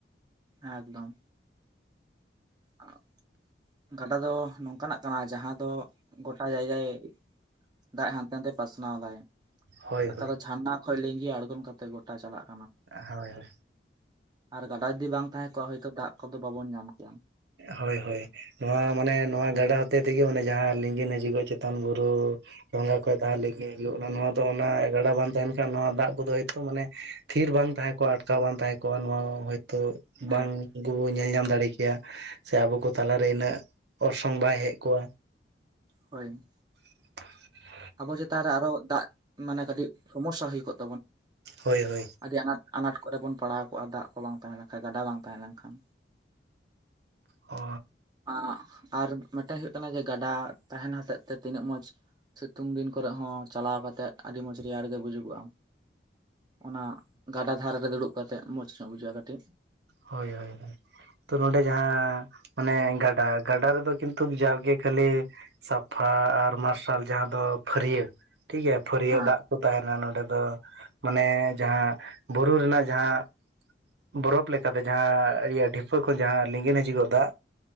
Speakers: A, on the right (about 25°); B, on the right (about 65°).
A: ᱮᱠᱫᱚᱢ ᱟᱨ ᱜᱟᱰᱟ ᱫᱚ ᱱᱚᱝᱠᱟᱱᱟᱜ ᱠᱟᱱᱟ ᱡᱟᱦᱟᱸ ᱫᱚ ᱜᱚᱴᱟ ᱡᱟᱭᱜᱟᱭ ᱫᱟᱜ ᱦᱟᱱᱛᱮ ᱱᱟᱛᱮ ᱯᱟᱥᱱᱟᱣ ᱫᱟᱭ
B: ᱦᱳᱭ
A: ᱚᱠᱟ
B: ᱦᱳᱭ
A: ᱫᱚ ᱡᱷᱟᱨᱱᱟ ᱠᱷᱚᱱ ᱞᱤᱸᱜᱤ ᱟᱬᱜᱚᱱ ᱠᱟᱛᱮᱜ ᱜᱚᱴᱟ ᱪᱟᱞᱟᱜ ᱠᱟᱱᱟ᱾
B: ᱦᱳᱭ ᱦᱳᱭ
A: ᱟᱨ ᱜᱟᱰᱟ ᱡᱩᱫᱤ ᱵᱟᱝ ᱛᱟᱦᱮᱸ ᱠᱚᱜᱼᱟ ᱦᱳᱭᱛᱚ ᱫᱟᱜ ᱠᱚᱫᱚ ᱵᱟᱵᱚᱱ ᱧᱟᱢ ᱠᱮᱭᱟ᱾
B: ᱦᱳᱭ ᱦᱳᱭ ᱱᱚᱣᱟ ᱢᱟᱱᱮ ᱱᱚᱣᱟ ᱜᱟᱰᱟ ᱦᱚᱛᱮ ᱛᱮᱜᱮ ᱢᱟᱱᱮ ᱡᱟᱦᱟᱸ ᱞᱤᱸᱜᱤᱱ ᱦᱤᱡᱩᱜᱚᱜᱼᱟ᱾ ᱪᱮᱛᱟᱱ ᱵᱩᱨᱩ ᱰᱷᱚᱸᱜᱟ ᱠᱷ ᱛ ᱞᱤᱜᱤ ᱦᱩᱭᱩᱜ ᱠᱟᱱᱟ ᱱᱚᱣᱟ ᱫᱚ ᱚᱱᱟ ᱜᱟᱰᱟ ᱵᱟᱝ ᱛᱟᱦᱮᱸᱱ ᱠᱷᱟᱱ ᱱᱚᱣᱟ ᱫᱟᱜ ᱠᱚᱫᱚ ᱦᱚᱳᱭᱛᱳ ᱢᱟᱱᱮ ᱛᱷᱤᱨ ᱵᱟᱝ ᱛᱟᱦᱮᱸ ᱠᱚᱜᱼᱟ᱾ ᱟᱴᱠᱟᱣ ᱵᱟᱝ ᱛᱟᱦᱮᱸ ᱠᱚᱜᱼᱟ ᱱᱚᱣᱟ ᱦᱳᱭᱛᱳ
A: ᱦᱮᱸ
B: ᱵᱟᱝ ᱟᱵᱵᱚ ᱧᱮᱞ ᱧᱟᱢ ᱫᱟᱲᱮ ᱠᱮᱭᱟ᱾ ᱥᱮ ᱟᱵᱚ ᱠᱚ ᱛᱟᱞᱟᱨᱮ ᱩᱱᱟᱹᱜ ᱚᱨᱥᱚᱝ ᱵᱟᱭ ᱦᱮᱡ ᱠᱚᱜᱼᱟ᱾
A: ᱦᱳᱭ
B: <inaudible>
A: ᱟᱵᱚ ᱪᱮᱛᱟᱱ ᱨᱮ ᱟᱨᱚ ᱫᱟᱜ ᱢᱟᱱᱮ ᱠᱟᱹᱴᱤᱡ ᱥᱚᱢᱚᱥᱥᱟ ᱦᱩᱭ ᱠᱚᱜ
B: ᱦᱳᱭ ᱦᱳᱭ
A: ᱟᱹᱰᱤ ᱟᱱᱟᱴ- ᱟᱱᱟᱴ ᱠᱚᱨᱮ ᱵᱚᱱ ᱯᱟᱲᱟᱣ ᱠᱚᱜᱼᱟ ᱫᱟᱜ ᱠᱚ ᱵᱟᱝ ᱛᱟᱦᱮᱸ ᱞᱮᱱᱠᱷᱟᱱ ᱜᱟᱰᱟ ᱵᱟᱝ ᱛᱟᱦᱮᱸ ᱞᱮᱱᱠᱷᱟᱱ
B: ᱚ
A: ᱮ ᱟᱨ ᱢᱤᱫᱴᱮᱱ ᱦᱩᱭᱩᱜᱜ ᱠᱟᱱᱟ ᱡᱮ ᱜᱟᱰᱟ ᱛᱟᱦᱮᱸᱱ ᱦᱚᱛᱮᱫ ᱛᱮ ᱛᱤᱱᱟᱹᱜ ᱢᱚᱸᱡᱽ ᱥᱤᱛᱩᱝ ᱫᱤᱱ ᱠᱚᱨᱮᱜ ᱦᱚᱸ ᱪᱟᱞᱟᱣ ᱠᱟ ᱠᱟᱛᱮᱜ ᱟᱹᱰᱤ ᱢᱚᱸᱡ ᱨᱮᱭᱟᱲ ᱜᱮ ᱵᱩᱡᱩᱜᱚᱜᱼᱟ᱾ ᱚᱱᱟ ᱜᱟᱰᱟ ᱫᱷᱟᱨᱮ ᱨᱮ ᱫᱩᱲᱩᱵ ᱠᱟᱛᱮᱫ ᱢᱚᱸᱡᱽ ᱧᱚᱜ ᱵᱩᱡᱷᱟᱹᱜᱼᱟ, ᱠᱟᱹᱴᱤᱡ᱾
B: ᱦᱳᱭ ᱦᱳᱭ ᱛᱚ ᱱᱚᱸᱰᱮ ᱡᱟᱦᱟᱸ ᱟᱱᱮ ᱜᱟᱰᱟ ᱜᱟᱰᱟ ᱨᱮᱫᱚ ᱠᱤᱱᱛᱩ ᱡᱟᱣᱜᱮ ᱠᱷᱟᱹᱞᱤ ᱥᱟᱯᱷᱟ ᱟᱨ ᱢᱟᱨᱥᱟᱞ ᱡᱟᱦᱟᱸ ᱫᱚ ᱯᱷᱟᱹᱨᱭᱟᱹ ᱴᱷᱤᱠ ᱜᱮᱭᱟ ᱯᱷᱟᱹᱨᱭᱟᱹ
A: ᱦᱮᱸ
B: ᱫᱟᱜ ᱠᱚ ᱛᱟᱦᱮᱸᱱᱟ ᱱᱚᱸᱰᱮ ᱢᱟᱱᱮ ᱡᱟᱦᱟᱸ ᱵᱩᱨᱩ ᱨᱮᱱᱟᱜ ᱡᱟᱦᱟᱸ ᱵᱚᱨᱚᱯ ᱞᱮᱠᱟ ᱡᱟᱦᱟᱸ ᱤᱭᱟᱹ ᱰᱷᱤᱯᱟᱹ ᱠᱷᱚᱱ ᱡᱟᱦᱟᱸ ᱞᱤᱸᱜᱤᱱ ᱦᱤᱡᱩᱜᱚᱜ ᱫᱟᱜ